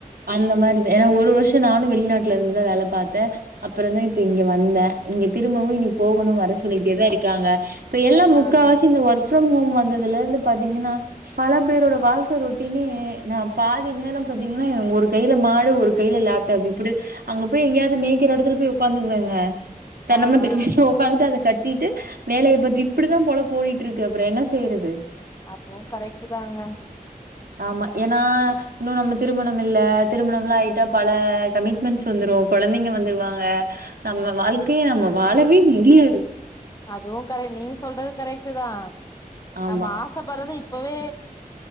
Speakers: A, on the right; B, on the left.
A: அந்த மாரி தே ஏனா ஒரு வர்ஷோ நானு வெளிநாட்ல இருந்துதா வேல பாத்தே அப்றோந்தா இப்ப இங்க வந்தே இங்க திரும்பவு இனி போகனு வர சொல்லிட்டே தா இருக்காங்க இப்ப எல்லா முக்கா
B: ஆ ஆ
A: வாசி இந்த ஒர்க் ஃப்ரம் ஹோம் வந்ததுலெந்து பாத்தீங்கன்னா பல பேரோட வாழ்க்க ரொட்டீனே நா பாதி நேரோ பாத்தீங்கன்னா ஒரு கைல மா டு ஒரு கைல லேப்டாப் இப்டி அங்க போய் எங்கயாது மேய்க்ற எடத்துல போய் உக்காந்துக்குவேங்க தென்ன
B: ஆ
A: மரத்துக்
B: ஆ
A: கீழ ஒக்காந்துட்டு அது கட் டிட்டு வேலய பாத்து இப்டிதா பொழப்பு ஒடிட்ருக்கு அப்றோ என்ன செய்றது
B: அதுவு கரெக்ட்டு தாங்க
A: ஆமா ஏனா இன்னு நம்ம திருமணம் இல்ல திருமணம் லா ஆய்ட்டா பல கமிட்மென்ட்ஸ் வந்துரு கொழந்தைங்க வந்துருவாங்க நம்ம வாழ்க்கைய நம்ம வாழவே முடியாது
B: அதுவு கரெக்ட் நீங்க சொல்றது கரெக்ட்டு தா
A: ஆமா.
B: நம்ம ஆ ச ப்பட்றதே இப்பவே